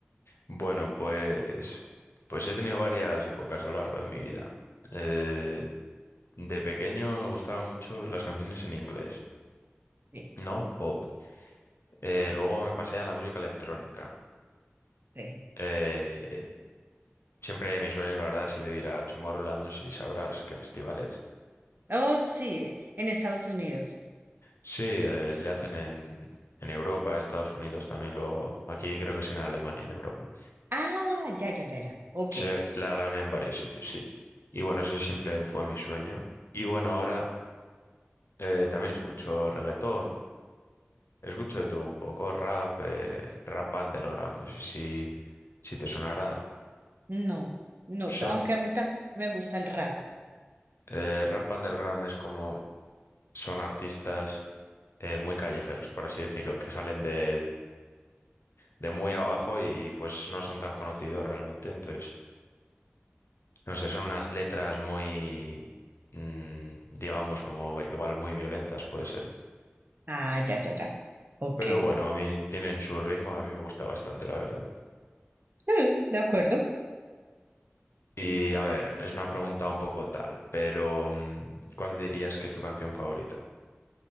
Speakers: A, on the left; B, on the right.
A: Bueno, pues, pues he tenido varias épocas a lo largo de mi vida. Eh, de pequeño me gustaban mucho las canciones en inglés,
B: Sí.
A: ¿no? Pop. Eh, luego me pasé a la música electrónica.
B: sí.
A: Eh, Siempre mi sueño, la verdad, ha sido ir a Tomorrowland, no sé si sabrás qué festivales.
B: Oh, sí, en Estados Unidos.
A: Sí, eh, le hacen en, en Europa, Estados Unidos también luego. Aquí creo que es en Alemania, en Europa.
B: Ah, ya, ya, ya, ya. Ok.
A: Se la harán en varios sitios, sí. Y bueno, eso siempre fue mi sueño. Y bueno, ahora eh, también escucho reggaetón, escucho de todo un poco, rap, eh, rap underground, no sé si, si te sonará.
B: No, no,
A: So,
B: aunque a mí también me gusta el rap.
A: eh, rap underground es como son artistas eh, muy callejeros, por así decirlo, que salen de, de muy abajo y pues no son tan conocidos realmente. Entonces, no sé, son unas letras muy, mm, digamos, como igual muy violentas puede ser.
B: Ah, ya, ya, ya. Ok.
A: Pero bueno, a mí tienen su ritmo, a mí me gusta bastante, la verdad.
B: Mm, de acuerdo.
A: Y a ver, es una pregunta un poco tal, pero mm, ¿cuál dirías que es tu canción favorita?